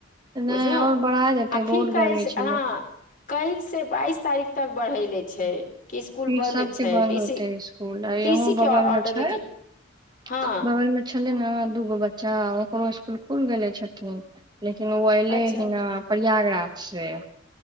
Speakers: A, on the right; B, on the left.
A: नहि
B: बुझलहु
A: और बढ़ा देते
B: अ फी
A: बहुत गर्मी
B: कल से
A: छलै
B: हँ कल से बाइस तारिख तक बढ़ेले छै कि स्कुल
A: फिर
B: बन्द
A: सबके
B: छै
A: बंद
B: डीसी
A: होतइ स्कूल त
B: डीसी
A: इहो
B: के
A: बगल
B: ऑर्डर
A: मे छै
B: निकल हँ
A: बगल मे छै छलै ने दूगो बच्चा ओकरो स्कुल खुल गेले छथिन लेकिन ओ अयलै
B: अच्छा
A: हि ना प्रयागराज से